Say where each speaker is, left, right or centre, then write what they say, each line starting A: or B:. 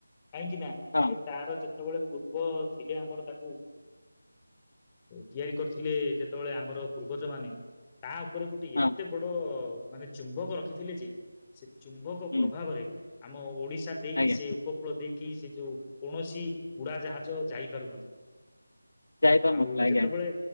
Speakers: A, on the left; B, on the left.
A: କାହିଁକି ନା
B: ହଁ
A: ସେ ତାର ଯେତେବେଳେ ପୂର୍ବ ଥିଲେ ଆମର ତାକୁ। ତିଆରି କରିଥିଲେ ଯେତେବେଳେ ଆମର ପୂର୍ବଜ ମାନେ। ତା ଉପରେ ଗୋଟେ
B: ହଁ
A: ଏତେ ବଡ ମାନେ ଚୁମ୍ବକ ରଖିଥିଲେ ଯେ ଚୁମ୍ବକ
B: ହୁଁ
A: ପ୍ରଭାବରେ ଆମ ଓଡିଶା ଦେଇକି
B: ଆଜ୍ଞା
A: ସେ ଉପକୂଳ ଦେଇକି ସେ ଯୋଉ କୌଣସି ଉଡାଜାହାଜ ଯାଇପାରୁନଥିଲା
B: ଯାଇପାରୁନଥିଲା
A: ଆଉ
B: ଆଜ୍ଞା
A: ଯେତେବେଳେ